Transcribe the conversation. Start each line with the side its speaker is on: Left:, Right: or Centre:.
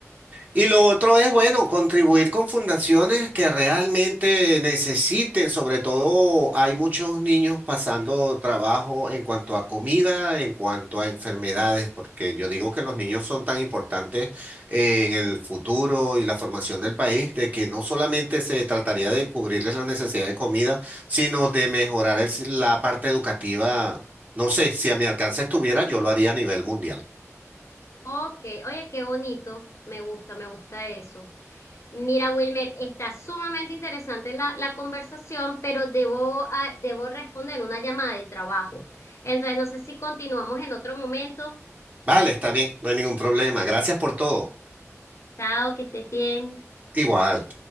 Right: Y lo otro
Left: Ujú.
Right: es, bueno, contribuir con fundaciones que realmente necesiten, sobre todo hay muchos niños pasando trabajo en cuanto a comida, en cuanto a enfermedades, porque yo digo que los niños son tan importantes eh, en el futuro y la formación del país, de que no solamente se trataría de cubrirles la necesidad de comida, sino de mejorar el si- la parte educativa. No sé, si a mi alcance estuviera, yo lo haría a nivel mundial.
Left: Ok, oye, qué bonito, me gusta, me gusta eso. Mira, Wilmer, está sumamente interesante la, la conversación, pero debo, ah, debo responder una llamada de trabajo. Entonces, no sé si continuamos en otro momento.
Right: Vale, está bien, no hay ningún problema. Gracias por todo.
Left: Chao, que estés bien.
Right: igual